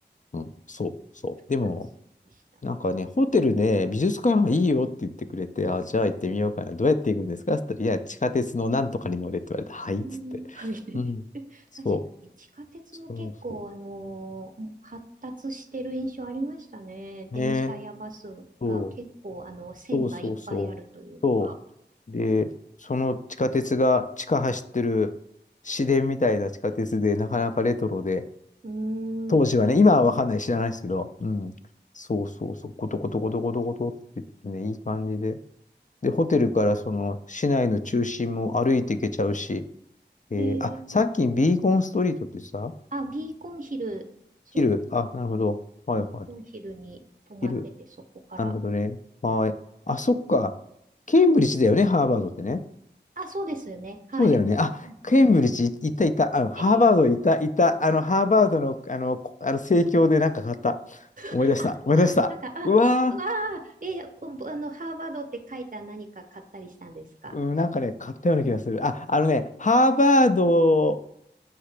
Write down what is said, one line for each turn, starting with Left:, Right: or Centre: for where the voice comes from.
Left: うん。そうそう。でも、
Right: あ、そうでした。
Left: なんかね、ホテルで美術館がいいよって言ってくれて、あ、じゃあ行ってみようかな。
Right: ね
Left: どうやって行くんですかって言ったら、いや、地下鉄のなんとかに乗れって言われて、はいっつって。
Right: うん、はい。<laughs>
Left: うん。そう。
Right: 確かに、地下鉄も結構、
Left: そうそ
Right: あのー発達してる印象ありましたね。
Left: う。
Right: 電車やバスが結構、
Left: ねえ。そ
Right: あの、線がいっぱいあるというか。
Left: うそうそうそう。そう。で、その地下鉄が、地下走ってる市電みたいな地下鉄で、なかなかレトロで、
Right: うー
Left: 当時はね、
Right: ん。
Left: 今はわかんない、知らないですけど、うん。そうそうそう、ゴトゴトゴトゴトゴトって言ってね、いい感じで。で、ホテルからその市内の中心も歩いていけちゃうし、えーあ、
Right: えー、
Left: さっきビーコンストリートってさ、
Right: あ、ビーコンヒル、そうです。
Left: ヒル、あ、なるほど。はいはい。
Right: ビーコンヒルに泊まってて、
Left: ヒル、
Right: そこから。
Left: なるほどね。はい。あ、そっか。ケンブリッジだよね、ハーバードってね。
Right: あ、そうですよね。はい。
Left: そうだよね。あ、
Right: うん
Left: ケンブリッジいいたいた。あの、ハーバードいたいた。
Right: えー、
Left: あの、ハーバードの、あの、こあの、生協でなんか買った。思い出した。
Right: あ、
Left: 思い出した。
Right: あ、なんか、あ、
Left: うわ
Right: すあー、えーおあの、ハーバードって書いた何か買ったりしたんですか
Left: ー、うん、なんかね、買ったような気がする。あ、あのね、ハーバード、